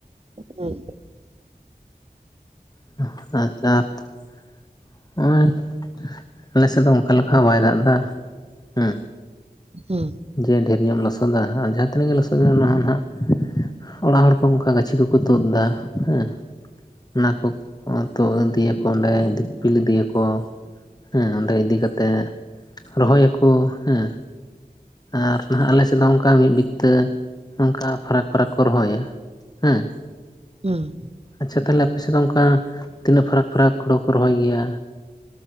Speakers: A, on the right; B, on the left.
A: ᱦᱩᱸ
B: <unintelligible> ᱦᱚᱸᱭ ᱟᱞᱮᱥᱮᱜ ᱫᱚ ᱚᱝᱠᱟ ᱞᱮᱠᱟ ᱦᱚᱸ ᱵᱟᱭ ᱫᱟᱜᱫᱟ ᱦᱮᱸ᱾
A: ᱦᱩᱸ
B: ᱡᱮ ᱰᱷᱮᱨ ᱧᱚᱜ ᱮᱢ ᱞᱚᱥᱚᱫᱟ ᱦᱟᱸ ᱡᱟᱦᱟᱸ ᱛᱤᱱᱟᱹᱜ <unintelligible> ᱚᱱᱟ ᱦᱚᱸ ᱱᱟᱦᱟᱸᱜ ᱚᱲᱟᱜ ᱦᱚᱲ ᱠᱚ ᱚᱝᱠᱟ ᱜᱟᱹᱪᱷᱤ ᱠᱚᱠᱚ ᱛᱩᱫ ᱫᱟ ᱦᱮᱸ᱾ ᱚᱱᱟ ᱠᱚ ᱛᱩ ᱤᱫᱤᱭᱟᱠᱚ ᱚᱸᱰᱮ ᱫᱤᱯᱤᱞ ᱤᱫᱤᱭᱟᱠᱚ᱾ ᱦᱮᱸ ᱚᱸᱰᱮ ᱤᱫᱤ ᱠᱟᱛᱮᱜ ᱨᱚᱦᱚᱭᱟᱠᱚ ᱦᱮᱸ᱾ ᱟᱨ ᱱᱟᱦᱟᱜ ᱟᱞᱮᱥᱮᱜ ᱫᱚ ᱚᱝᱠᱟ ᱢᱤᱜ ᱵᱤᱛᱟᱹ ᱚᱝᱠᱟ ᱯᱷᱟᱨᱟᱠ ᱯᱷᱟᱨᱟᱠ ᱠᱚ ᱨᱚᱦᱚᱭᱟ ᱦᱮᱸ᱾
A: ᱩᱸ
B: ᱟᱪᱪᱷᱟ ᱛᱟᱞᱦᱮ ᱟᱯᱮ ᱥᱮᱜ ᱫᱚ ᱚᱝᱠᱟ ᱛᱤᱱᱟᱹᱜ ᱯᱷᱟᱨᱟᱠ ᱯᱷᱟᱨᱟᱠ ᱦᱩᱲᱩ ᱠᱚ ᱨᱚᱦᱚᱭ ᱜᱮᱭᱟ?